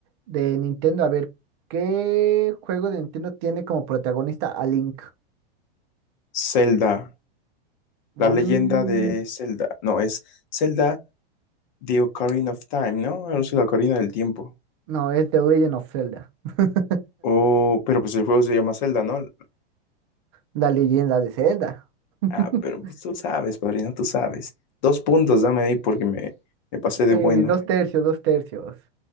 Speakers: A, on the right (about 25°); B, on the left (about 45°).
A: de Nintendo. A ver, ¿qué juego de Nintendo tiene como protagonista a Link?
B: Zelda,
A: Mm,
B: la leyenda de Zelda. No, es Zelda The Ocarina of Time, ¿no? Algo así, la Ocarina del Tiempo.
A: no, es The Legend of Zelda. <laughs>
B: Oh, pero pues el juego se llama Zelda, ¿no?
A: La leyenda de Zelda. <laughs>
B: Ah, pero pues tú sabes, padrino, tú sabes. Dos puntos, dame ahí porque me, me pasé
A: Ok,
B: de bueno.
A: dos Bueno, tercios, dos tercios.